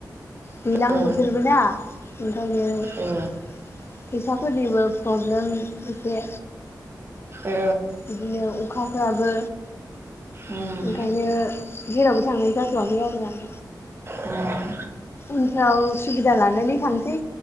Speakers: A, on the left (about 35°); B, on the right (about 35°).
A: दैलां
B: औ
A: बोथोरबोना ओंखायनो
B: औ
A: <inaudible> फैसाफोरनिबो प्रब्लेम एसे
B: औ
A: बिदिनो अखाफोराबो
B: उम
A: ओंखायनो जेरावबो थांनाय जाथ'वाखै आरो आं
B: उम
A: उनफ्राव सुबिदा लानानै थांसै